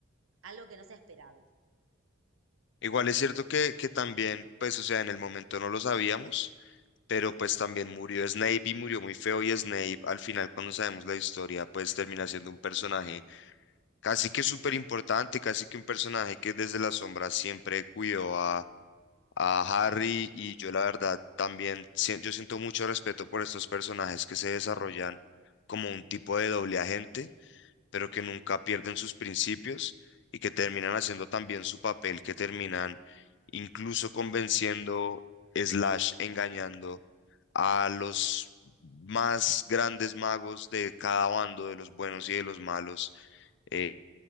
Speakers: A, on the right; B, on the left.
A: algo que no sea esperable.
B: Igual es cierto que, que también, pues, o sea, en el momento no lo sabíamos, pero pues también murió Snape y murió muy feo y Snape al final cuando sabemos la historia, pues termina siendo un personaje casi que súper importante, casi que un personaje que desde la sombra siempre cuidó a... a Harry y yo la verdad también, si- yo siento mucho respeto por estos personajes que se desarrollan como un tipo de doble agente pero que nunca pierden sus principios y que terminan haciendo también su papel, que terminan incluso convenciendo, slash, engañando a los más grandes magos de cada bando, de los buenos y de los malos. eh,